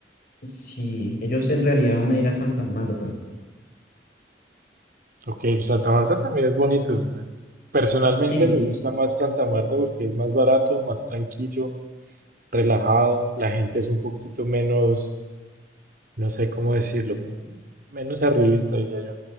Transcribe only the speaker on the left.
sí, ellos en realidad van a ir a Santa Marta.
Dios.
Sí,